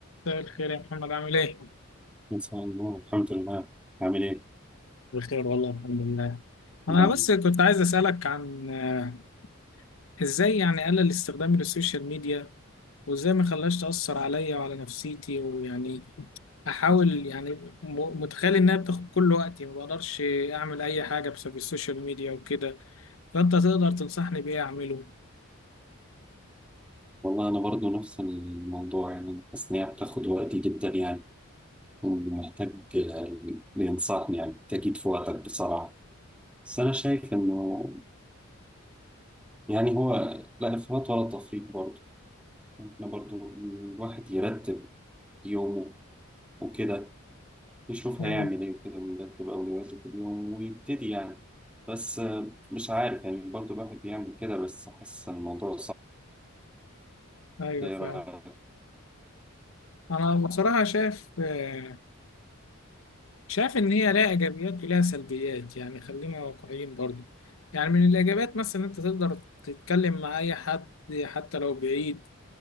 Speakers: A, on the left; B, in the centre.
A: مساء الخير يا محمد عامل ايه؟
B: مساء النور الحمد لله عامل ايه؟
A: بخير والله الحمد لله انا
B: لا،
A: بس كنت عايز اسالك عن آه، ازاي يعني اقلل استخدامي للسوشيال ميديا وازاي ما خلاش تاثر عليا وعلى نفسيتي ويعني احاول يعني م- متخيل انها بتاخد كل وقتي ما بقدرش اعمل اي حاجه بسبب السوشيال ميديا وكده فانت تقدر تنصحني بايه اعمله؟
B: والله انا برضو نفس الموضوع يعني حاسس ان هي بتاخد وقتي جدا يعني ومحتاج اللي ينصحني يعني تأكيد في وقتك بصراحة بس انا شايف انه يعني هو لا افراط ولا تفريط برضو احنا برضو الواحد يرتب يومه وكده يشوف
A: امم
B: هيعمل ايه وكده ويرتب اولوياته في اليوم ويبتدي يعني بس آه، مش عارف يعني برضو الواحد بيعمل كده بس حاسس ان الموضوع
A: ايوه
B: صعب
A: فعلا انا بصراحه شايف آه، شايف إن هي لها إيجابيات ولها سلبيات يعني خلينا واقعيين برضو يعني من الإيجابيات مثلا إن أنت تقدر تتكلم مع أي حد حتى لو بعيد